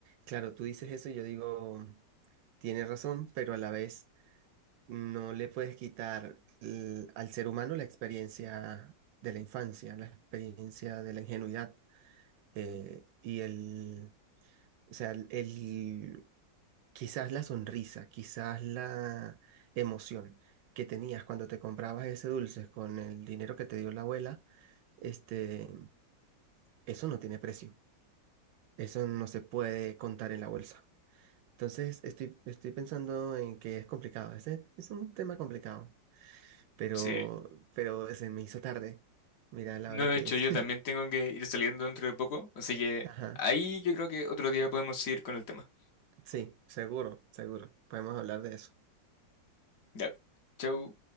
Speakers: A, on the right; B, on the left.
A: claro, tú dices eso y yo digo, tienes razón, pero a la vez no le puedes quitar l- al ser humano la experiencia de la infancia, la experiencia de la ingenuidad eh, y el, o sea, el, el- quizás la sonrisa, quizás la emoción que tenías cuando te comprabas ese dulce con el dinero que te dio la abuela, este. Eso no tiene precio. Eso no se puede contar en la bolsa. Entonces, estoy, estoy pensando en que es complicado. Ese es un tema complicado. Pero,
B: Sí,
A: pero se me hizo tarde. Mira la
B: no,
A: hora
B: de
A: que
B: hecho
A: es.
B: yo también tengo que ir saliendo dentro de poco, así que
A: <laughs> Ajá.
B: ahí yo creo que otro día podemos seguir con el tema.
A: Sí, seguro, seguro. Podemos hablar de eso.
B: Ya, chau.